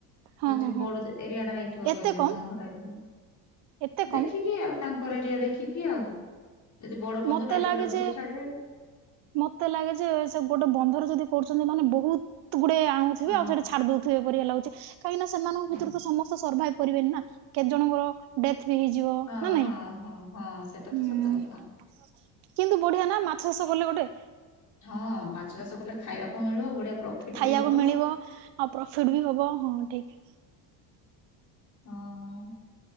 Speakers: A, on the right (about 65°); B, on the left (about 40°).
A: ହଁ
B: ଯଦି
A: ହଁ
B: ବଡ
A: ହଁ
B: ଏରିଆ ଟା ହେଇଥିବ
A: ଏତେ
B: ବୋଲେ
A: କମ
B: ବନ୍ଧ ଟାଇପରେ
A: ଏତେ କମ
B: ଦେଖିକି ଆଉ ତାଙ୍କର ଏରିଆ ଦେଖିକି ଆଉ ଯଦି ବଡ ବନ୍ଧ
A: ମତେ
B: ଟା ହେଇଥିବ
A: ଲାଗେ
B: ଅଧିକ
A: ଯେ
B: ଛାଡିବେ।
A: ମତେ ଲାଗେ ଯେ ସେପଟେ ବନ୍ଧରେ ଯଦି କରୁଛନ୍ତି ମାନେ ବହୁତ ଗୁଡେ ଆଣୁଥିବେ
B: ହଁ
A: ଆଉ ସେଠି ଛାଡି ଦଉ ପରିକ ଲାଗୁଛି କାହିଁକିନା ସେମାନଙ୍କ
B: ହଁ
A: ଭିତରୁ ତ ସମସ୍ତେ ସର୍ଭାଇଭି କରିବେନି ନା କେତ ଜଣଙ୍କର ଡେଥ ବି ହେଇଯିବ
B: ହଁ
A: ନା ନାଇଁ।
B: ହଁ ହଁ ହଁ ସେଟା
A: ହୁଁ।
B: ତ ସତ କଥା।
A: କିନ୍ତୁ ବଢିଆ ନା ମାଛ ଚାଷ କଲେ ଗୋଟେ
B: ହଁ ମାଛ ଚାଷ କଲେ ଖାଇବାକୁ ମିଳିବ ବଢିଆ ପ୍ରଫିଟ
A: ଖାଇବାକୁ
B: ବି ହବ
A: ମିଳିବ ଆଉ ପ୍ରଫିଟ ବି ହବ ହଁ ଠିକ।
B: ହଁ ହଁ।